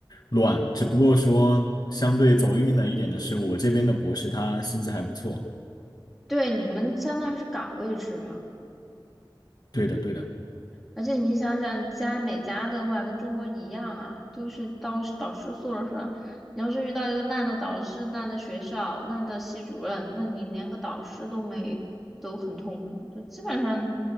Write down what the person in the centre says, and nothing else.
对，你们相当于是岗位制嘛，
而且你想想，加美加的话跟中国一样啊，都是导师导师说了算。你要是遇到一个烂的导师、烂的学校、烂的系主任，那你连个导师都没，都很痛苦。就基本上